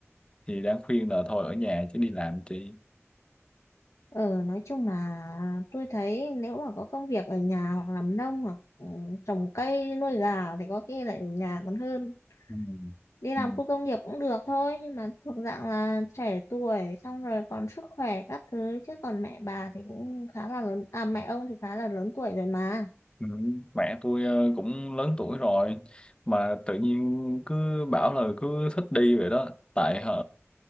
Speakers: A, on the left (about 20°); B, on the left (about 85°).
A: thì đang khuyên là thôi ở nhà chứ đi làm chị
B: Ờ, nói chung là tôi thấy nếu mà có công việc ở nhà hoặc làm nông hoặc ừ, trồng cây nuôi gà thì có khi lại ở nhà còn hơn.
A: ừ.
B: Đi làm
A: Ừ.
B: khu công nghiệp cũng được thôi. Nhưng mà thuộc dạng là trẻ tuổi xong rồi còn sức khỏe các thứ. Chứ còn mẹ bà thì cũng khá là lớn. À mẹ ông thì khá là lớn tuổi rồi mà
A: Ừ, mẹ tôi ờ, cũng lớn tuổi rồi mà tự nhiên cứ bảo là cứ thích đi vậy đó tại hả